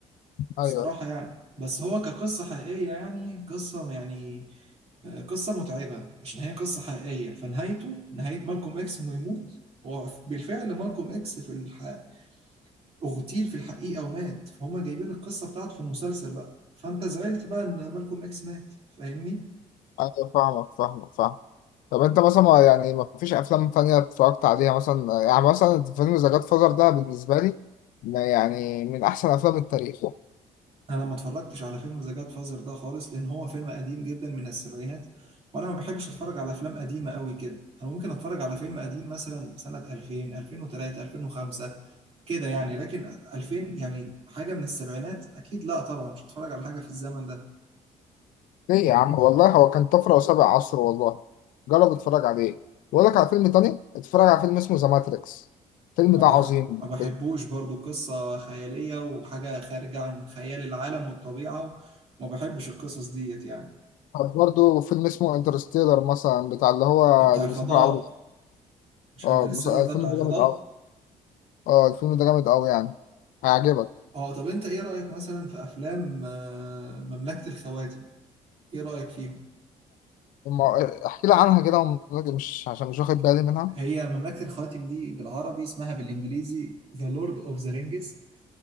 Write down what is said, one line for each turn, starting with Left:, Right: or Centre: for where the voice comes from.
Left: اه
Right: بصراحة
Left: ايوه
Right: يعني بس هو كقصة حقيقية يعني قصة يعني آه، قصة متعبة عشان هي قصة حقيقية فنهايته نهاية مالكوم إكس إنه يموت هو بالفعل مالكوم اكس في الح... اغتيل في الحقيقة ومات فهم جايبين القصة بتاعته في المسلسل بقى فانت زعلت بقى ان مالكوم اكس مات فاهمني
Left: ايوه فاهمك فاهمك فاهمك طب انت مثلا ما- يعني ما فيش افلام تانية اتفرجت عليها مثلا يعني مثلا فيلم ذا جاد فازر ده بالنسبه لي ما يعني من احسن افلام التاريخ
Right: انا ما اتفرجتش على فيلم ذا جاد فازر ده خالص لان هو فيلم قديم جدا من السبعينات وانا ما بحبش اتفرج على افلام قديمة قوي كده انا ممكن اتفرج على فيلم قديم مثلا سنة 2000 2003 2005 كده يعني لكن 2000 يعني حاجة من السبعينات اكيد لا طبعا مش هتفرج على حاجة في الزمن ده
Left: ليه يا عم والله هو كان طفره وسابق عصره والله جرب اتفرج عليه بقول لك على فيلم تاني اتفرج على فيلم اسمه ذا ماتريكس الفيلم
Right: ما
Left: ده
Right: بح...
Left: عظيم
Right: ما بحبوش برضو قصة خيالية وحاجة خارجة عن خيال العالم والطبيعة وما بحبش القصص ديت يعني
Left: طب برضه فيلم اسمه انترستيلر مثلا بتاع اللي هو
Right: أو بتاع
Left: اللي
Right: الفضاء
Left: بيسافر عبر
Right: مش
Left: اه
Right: انترستيلر
Left: مس- الفيلم
Right: ده بتاع
Left: ده
Right: الفضاء
Left: جامد قوي اه الفيلم ده جامد قوي يعني هيعجبك
Right: اه طب انت ايه رأيك مثلا في افلام آه، مملكة الخواتم ايه رأيك فيهم
Left: اما- احكي لي عنها كده وم- مش عشان مش واخد بالي منها
Right: هي مملكة الخواتم دي بالعربي اسمها بالانجليزي The Lord of the Rings